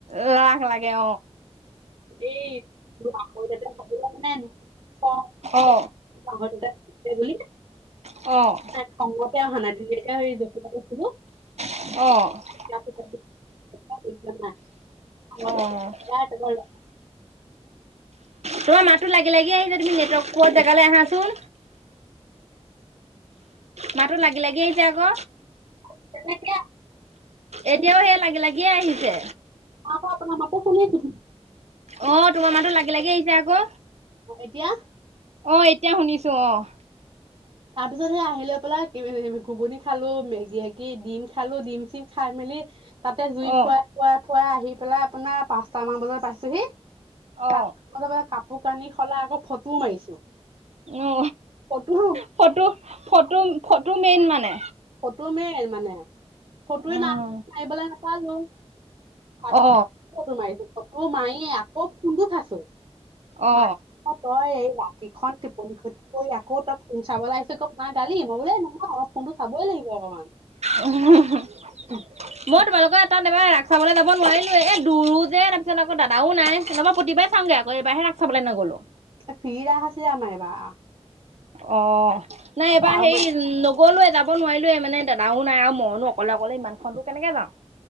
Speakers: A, on the right (about 75°); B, on the right (about 45°).
A: ৰাস লাগে অ',
B: এই <unintelligible> <unintelligible>
A: অ অ'।
B: তাই খঙতে অহা নাই ধুনিয়াকে সেই যশোদা লছিলোঁ
A: অ'।
B: <unintelligible> <unintelligible>
A: অ তোমা মাতটো লাগি লাগি আহিছে তুমি নেটৱৰ্ক পোৱা জেগালে আহাচোন। মাতো লাগি লাগি আইছে আকৌ।
B: <unintelligible> এতিয়া?
A: এতিয়াও সেই লাগি লাগিয়ে আহিছে।
B: মই আকৌ আপোনা মাতটো শুনিছোঁ।
A: অ', তোমা মাতো লাগি লাগি আহিছে আকৌ।
B: অ', এতিয়া?
A: অ', এতিয়া শুনিছোঁ অ'।
B: তাপিছত সেই আহিলৈ পেলাই <unintelligible> ঘুগুনি খালোঁ মেগি হে গি ডিম খালোঁ ডিম চিম খাই মেলি তাতে জুই
A: অ
B: ফুৱাই ফুৱাই ফুৱাই আহি পেলাই আপোনা পাঁচটা মান বজা পাইছোঁহি। <unintelligible>
A: অ
B: কাপো কানি সলাই আকৌ ফট টো মাৰিছোঁ
A: অ অ
B: photo
A: photo photo photo main মানে
B: ফটো মেইন মানে আ ফটো
A: উম
B: এ না মাইবলে নাপালোঁ। <unintelligible>
A: অ
B: ফটো মাৰিছো ফটো মাই আকৌ ফোনটো চাছোঁ। <unintelligible>
A: অ
B: অ', তই এই ৰাতিখন টোপনি খতি কৰি আকৌ তই ফোন চাবলে আহিছ ক মা গালি মই বোলোঁ এ, নহয় অলপ ফোনটো চাবই লাগিব অকমান।
A: অ',
B: <inaudible>
A: <unintelligible> ম তোমালোক তাত এবা ৰাস চাবলে যাব নোৱাৰিলোঁ এ, দূৰো যে তাপিছত আকৌ দাদাও নাই নহ'বা পতি বাএ চাওংগে আকৌ এইবাৰহে ৰাস চাবলে নগ'লো।
B: এ, ফ্ৰী ৰাস আছিলে আমা এইবা
A: অ', নাই এবাৰ
B: আৰু
A: হেৰি
B: মই
A: নগ গ'লোৱে যাব নোৱাৰিলোৱে মানে দেদাও নাই আওঁ মইনো অকলে অকলে ইমানখন দূ কেনেকে যাওঁ।